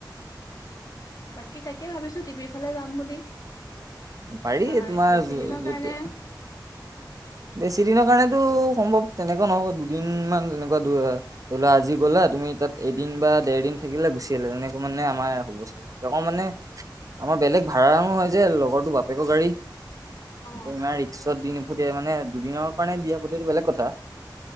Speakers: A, on the left; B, on the right.
A: বাকী তাকে ভাবিছো, টিপিৰ ফালে যাম বুলি।
B: পাৰি
A: আহ,
B: তোমাৰ
A: বেছি
B: য-
A: দিনৰ
B: য'তে
A: কাৰণে
B: বেছি দিনৰ কাৰণেতো সম্ভৱ, তেনেকুৱা নহ'ব। দুদিন মান তেনেকুৱা ধৰি লোৱা আজি গ'লা, তুমি তাত এদিন বা দেৰ দিন থাকিলা গুচি আহিলা। তেনেকে মানে আমাৰ তেনেকুৱা মানে আমাৰ বেলেগ ভাড়াও নহয় যে, লগৰটো বাপেকৰ গাড়ী।
A: অ
B: এতিয়া ইমান ৰিক্সত দি নপঠিয়াই মানে দুদিনৰ কাৰণে দি পথিয়াইটো বেলেগ কথা।